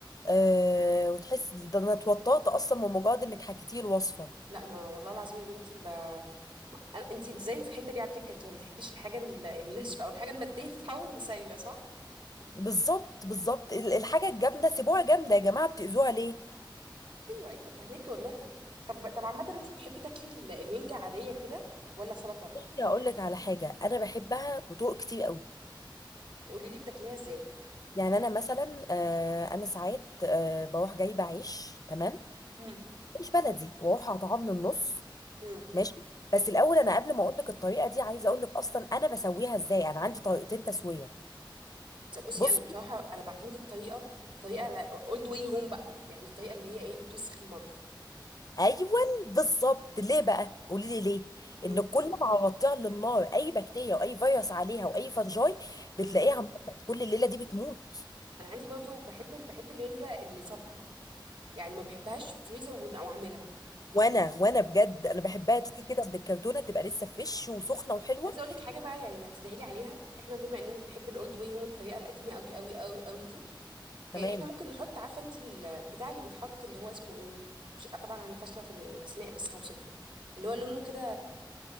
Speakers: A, on the left; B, on the right.
A: آه وتحسي ده انا اتوترت اصلا من مجرد انك حكيتي الوصفه
B: لا ما والله العظيم يا بنتي ب... ما- أنا- انتي انت زي في الحته دي على فكره انت ما بتحبيش الحاجه ال- الناشفه او الحاجه الماديه تتحول لسايله صح
A: بالظبط بالظبط ال- الحاجه الجامده سيبوها جامده يا جماعه بتاذوها ليه
B: ايوه ايوه فهميكي والله طب طب عامه انت بتحبي تاكلي ال- الرنجه عاديه كده ولا سلطه
A: بصي هقول لك على حاجه انا بحبها بطرق كتير قوي
B: قولي لي بتاكليها ازاي
A: يعني انا مثلا آه انا ساعات آه بروح جايبه عيش تمام
B: مم.
A: مش بلدي واروح اقطعه من النص
B: امم
A: ماشي بس الاول انا قبل ما اقول لك الطريقه دي عايزه اقول لك اصلا انا بسويها ازاي انا عندي طريقتين تسويه
B: بصي
A: بصي
B: انا بصراحه انا بعتمد الطريقه طريقه اولد واي هوم بقى يعني الطريقه اللي هي ايه بتوسخ المطبخ
A: ايوه بالظبط ليه بقى قولي لي ليه
B: امم
A: ان كل ما عوضتيها على النار اي بكتيريا واي فيروس عليها واي فنجاي
B: امم
A: بتلاقيها ماتت كل الليله دي بتموت
B: انا عندي برضو بحب ال- بحب الرنجه اللي صبحه يعني ما بحبهاش في الفريزر ون- او اعملها
A: وانا وانا بجد انا بحبها تيجي كده من الكرتونه تبقى لسه فريش وسخنه وحلوه
B: عايزه اقول لك حاجه بقى يعني هتدعي لي عليها احنا بما اننا بنحب الاولد واي هوم الطريقه القديمه قوي قوي قوي قوي دي
A: تمام
B: إيه، احنا ممكن نحط عارفه انت البتاع اللي بيتحط اللي هو اسمه ايه مش طبعا انا فاشله في الاسماء بس هوصف لك اللي هو لونه كده